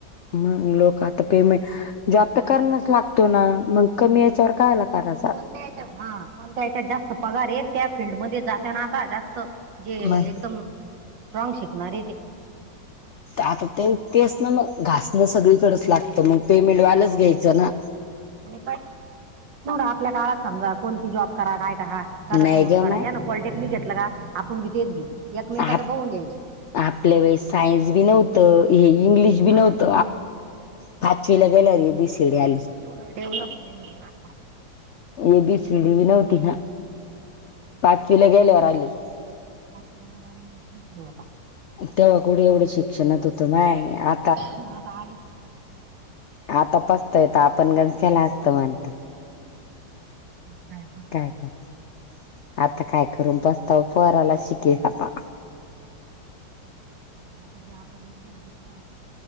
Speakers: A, on the left; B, on the right.
A: म लोक आता पेमेंट जबत
B: मग
A: करणच लागतो ना मग कमी याच्यावर कायला करायचा
B: कोणत्याच्या हा कोणत्या या्याच्यात जास्त पगार आहे त्या फिल्डमध्येध्ये जातानाका जास्त जे
A: मग
B: एकदम स्ट्रॉग शिकणार आहे ते
A: आता ते तेच ना मग घासणं सगळीकडेच लागतं मग पेमेंट वालाच
B: हो.
A: घ्यायचं ना
B: आणि आपल्या काळात समजा कोणती जॉब करा काय का हा कराचं
A: नाही
B: म्हणून
A: ग
B: करा
A: माय
B: या ना पॉलिटेक्निक घेतलं का आपण बी तेच घेऊ एकमेकाच
A: आप
B: बघून घ्यायचे
A: आपल्या वेळेस सायन्स बी नव्हतं हे इंग्लिश बी
B: हा
A: नव्हत
B: ना
A: पाचवीला गेल्या रे बीसिडी आली
B: एवढं डेव्हलपमेंट म्ह
A: ए बी सीडी बी नव्हती ना पाचवीला गेल्यावर आली
B: आलार इंग्लिश विषय होता
A: तेव्हा कुढे एवढं शिक्षणात होतं माय आ
B: ह आता अडीच वाट
A: आता पसतयेत आपण गम केला असत म्हणत
B: ह हा
A: काय कर आता काय करून बसता पराला शिक ग ह
B: आता जे आपण नाही केलं ते को